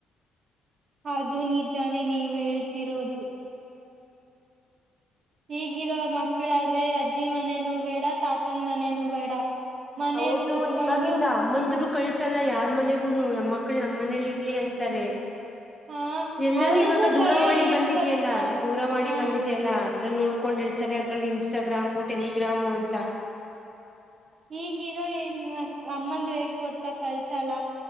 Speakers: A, on the right (about 50°); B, in the centre.
A: ಅದು ನಿಜಾನೇ ನೀವ ಹೇಳ್ತಿರೋದು ಈಗಿರೋ ಮಕ್ಕಳಾದ್ರೆ ಅಜ್ಜಿ ಮನೇನೂ ಬೇಡ ತಾತನ್ ಮನೇನೂ ಬೇಡ ಮನೇಲಿ
B: ಹೌದು
A: ಕೂತ್ಕೊಂಡು
B: ಇವಾಗಿಂದ ಹಮ್ಮಂದರು ಕಳ್ಸಲ್ಲ ಯಾರ್ ಮನೆಗೂನು ನಮ್ಮ ಮಕ್ಳು ನಮ್ಮ ಮನೇಲಿ ಇರ್ಲಿ ಅಂತಾರೆ
A: ಹಾ
B: ಎಲ್ಲರೂ
A: ಅವ್ರಿಗೂ
B: ಇವಾಗ ದೂರವಾಣಿ
A: ಭಯ ಏನು
B: ಬಂದಿದ್ಯಲ್ಲಾ
A: ಗೊತ್ತಾ
B: ದೂರವಾಣಿ
A: ಹ
B: ಬಂದಿದ್ಯಲ್ಲ ಅದ್ರನ್ನ ನೋಡ್ ಹಕೊಂಡಿರ್ತಾರೆ ಅದ್ರಲ್ಲಿ ಇನ್ಸ್ಟಾಗ್ರಾಮು ಟೆಲಿಗ್ರಾಮು ಅಂತ
A: ಈಗಿರೋ ಏನ್ ಅಮ್ಮಂದ್ರಗ್ ಗೊತ್ತ ಕಲ್ಸಲ್ಲ